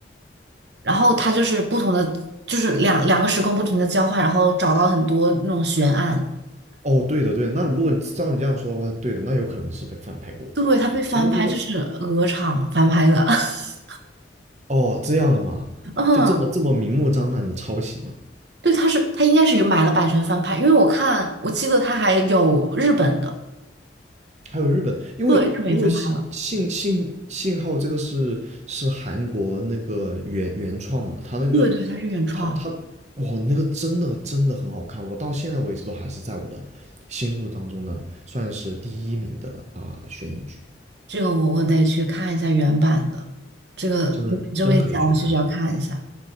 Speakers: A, on the right; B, on the right.
A: 然后他就是不同的，就是两两个时空不停的交换，然后找到很多那种悬案。
B: 哦，对的对的，那如果照你这样说的话，对的，那有可能是被翻拍过，
A: 对，他被翻拍，
B: 因为那个
A: 就是鹅厂翻拍的。<laughs>
B: 哦这样的嘛，
A: 嗯，
B: 就这么这么明目张胆的抄袭嘛。
A: 对，他是他应该是有买了版权翻拍，因为我看我记得他还有日本的，
B: 还有日本，因为因为信信信信号这个是是韩国那个原原创嘛，
A: 对，日本也翻拍了，
B: 他那个
A: 对对，他是原创。
B: 他他哇那个真的真的很好看，我到现在为止都还是在我的心目当中的算是第一名的啊、悬疑剧，
A: 这个我我得去看一下原版的，这个不这么一讲，
B: 真的真可以去看一下，
A: 我确实要看一下。